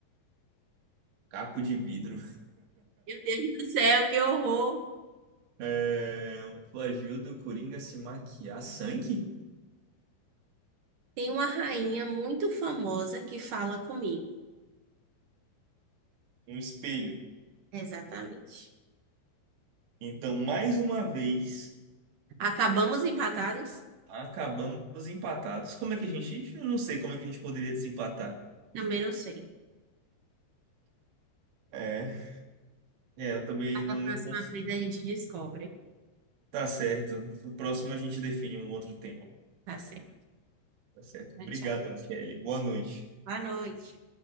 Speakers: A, on the right (about 80°); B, on the right (about 60°).
A: caco de vidro.
B: Meu Deus do céu, que horror!
A: É... Coajuda o Coringa a se maquiar. Sangue?
B: Tem uma rainha muito famosa que fala comigo.
A: Um espelho.
B: Exatamente.
A: Então, mais uma vez,
B: Acabamos empatados?
A: acabamos empatados. Como é que a gente. Eu não sei como é que a gente poderia desempatar.
B: Também não sei.
A: É, é, eu também não,
B: Na próxima
A: não consigo.
B: vez a gente descobre.
A: Tá certo. No próximo a gente define um outro tema.
B: Tá certo.
A: Tá certo. Obrigadão,
B: Tchau.
A: Kelly. Boa noite.
B: Boa noite.